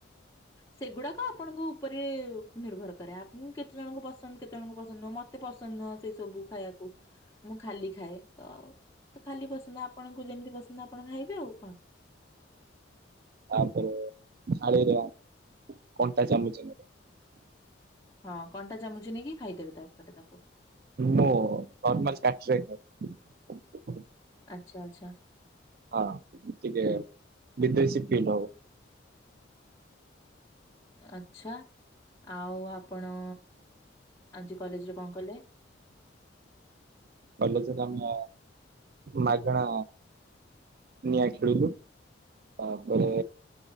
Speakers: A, on the left; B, on the right.
A: ସେଗୁଡାକ ଆପଣଙ୍କ ଉପରେ ନିର୍ଭର କରେ। ଆପ୍ ଉଁ କେତେ ଜଣଙ୍କୁ ପସନ୍ଦ କେତେ ଜଣଙ୍କୁ ପସନ୍ଦ ନୁହଁ, ମତେ ପସନ୍ଦ ନୁହଁ ସେଇ ସବୁ ଖାଇବାକୁ, ମୁଁ ଖାଲି ଖାଏ ତ ଖାଲି ପସନ୍ଦ ଆପଣଙ୍କୁ ଯେମିତି ପସନ୍ଦ ଆପଣ ଖାଇବେ ଆଉ କଣ?
B: ତାପରେ ଥାଳିରା କଣ୍ଟା ଚାମଚରେ।
A: ହଁ, କଣ୍ଟା ଚାମଚ ନେଇକି ଖାଇଦେବେ ତା ଉପରେ ତାକୁ।
B: ମୁଁ ନର୍ମାଲ <unintelligible>
A: ଆଚ୍ଛା ଆଚ୍ଛା
B: ହଁ, ଟିକେ ବିଦେଶୀ ପିଇଲେ ହବ।
A: ଆଛା ଆଉ ଆପ୍ ଆପଣ, ଆଜି କଲେଜରେ କଣ କଲେ?
B: କଲେଜରେ ଆମ ମାଗଣା ନିଆଁ ଖେଳିଲୁ, ତାପରେ